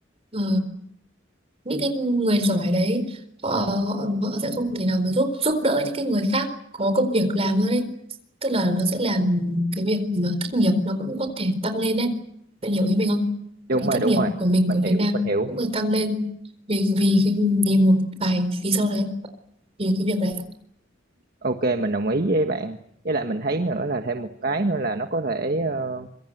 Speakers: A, on the right; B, on the right.
A: ờ, những cái người giỏi đấy họ, họ họ sẽ không thể nào mà giúp giúp đỡ những cái người khác có công việc làm nữa đấy tức là nó sẽ làm cái việc mà thất nghiệp nó cũng có thể tăng lên đấy bạn hiểu ý mình không
B: đúng
A: Thì cái
B: rồi
A: thất
B: đúng
A: nghiệp
B: rồi
A: của mình
B: mình
A: của Việt
B: hiểu
A: Nam
B: mình hiểu
A: cũng phải tăng lên vì vì cái vì một vài lý do đấy vì cái việc đấy
B: Ok mình đồng ý với bạn. Với lại mình thấy nữa là thêm một cái nữa là nó có thể ờ,